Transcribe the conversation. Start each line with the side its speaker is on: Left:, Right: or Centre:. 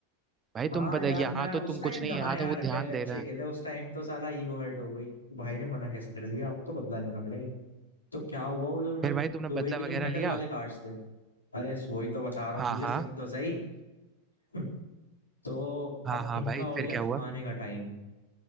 Right: भाई
Left: हाँ
Right: तुम पता
Left: यार
Right: यहाँ
Left: मैं
Right: तो तुम
Left: उस टाइम
Right: कुछ नहीं
Left: कहाँ
Right: यहाँ
Left: यार
Right: तो वो ध्यान
Left: कल अच्छे
Right: दे रहे हैं
Left: खेले उस टाइम तो साला ईगो हर्ट हो गई भाई ने मना कैसे कर दिया अब तो बदला लेना पड़ेगा तो क्या हुआ वो जो मैं-
Right: फिर भाई तुमने
Left: लोहे
Right: बदला
Left: के जो
Right: वगैरह
Left: मेटल
Right: लिया
Left: वाले कार्ड्स थे अरे वही तो बता रहा
Right: हाँ
Left: हूँ तुझे
Right: हाँ
Left: सुन तो सही <laughs> तो
Right: हाँ
Left: अब
Right: हाँ
Left: इनका
Right: भाई
Left: हो
Right: फिर
Left: गया
Right: क्या
Left: खाने
Right: हुआ
Left: का टाइम